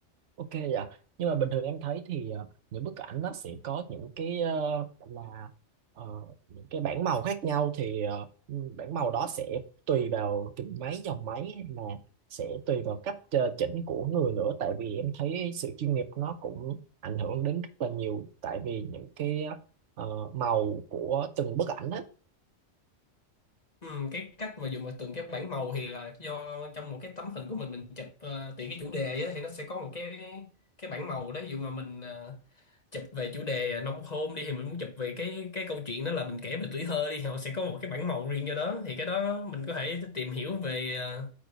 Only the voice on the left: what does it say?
ừ, cái cách mà dùng mà từng cái bảng màu thì là do trong một cái tấm hình của mình mình chụp ờ, tùy cái chủ đề á thì nó sẽ có một cái cái bảng màu đó ví dụ mà mình ờ, chụp về chủ đề nông thôn đi thì mình muốn chụp về cái cái câu chuyện đó là mình kể về tuổi thơ đi thì họ sẽ có một cái bản màu riêng cho đó thì cái đó mình có thể tìm hiểu về ờ,